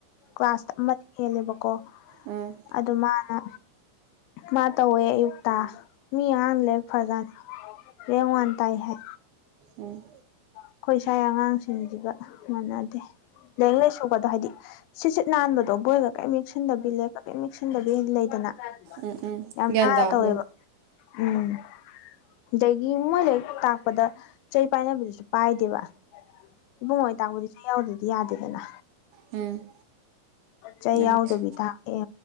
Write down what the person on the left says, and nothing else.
ꯀ꯭ꯂꯥꯁ ꯑꯃ ꯍꯦꯜꯂꯦꯕꯀꯣ
ꯑꯗꯨ ꯃꯥꯅ ꯃꯥ ꯇꯧꯋꯦ ꯑꯌꯨꯛꯇ ꯃꯤ ꯑꯉꯥꯡ ꯂꯩꯛ ꯐꯖꯅꯤ ꯂꯦꯡ ꯋꯥꯟ ꯇꯥꯏ ꯍꯥꯏ
ꯑꯩꯈꯣꯏ ꯏꯁꯥꯒꯤ ꯑꯉꯥꯡꯁꯤꯡꯁꯤꯒ ꯃꯥꯟꯅꯗꯦ ꯂꯥꯏꯔꯤꯛ ꯂꯥꯏꯁꯨꯒꯗꯣ ꯍꯥꯏꯗꯤ ꯁꯤꯠ ꯁꯤꯠ ꯅꯥꯟꯕꯗꯣ ꯕꯣꯏꯒ ꯀꯔꯤ ꯌꯦꯛꯁꯤꯟꯗꯕꯤ ꯂꯦꯞꯄ ꯀꯔꯤ ꯌꯦꯛꯁꯤꯟꯗꯕꯤ ꯂꯩꯗꯅ
ꯌꯥꯝ
ꯅꯥꯟꯅꯥ
ꯇꯧꯋꯦꯕ ꯎꯝ ꯑꯗꯒꯤ ꯃꯣꯏ ꯍꯦꯛ ꯇꯥꯛꯄꯗ ꯆꯩ ꯄꯥꯏꯕꯤꯗꯨꯁꯨ ꯄꯥꯏꯗꯦꯕ ꯏꯕꯨꯡꯉꯣ ꯇꯥꯛꯕꯗꯤ ꯆꯩ ꯌꯥꯎꯗ꯭ꯔꯗꯤ ꯌꯥꯗꯦꯗꯅ
ꯆꯩ
ꯌꯥꯎꯗꯕꯤꯗ ꯑꯦ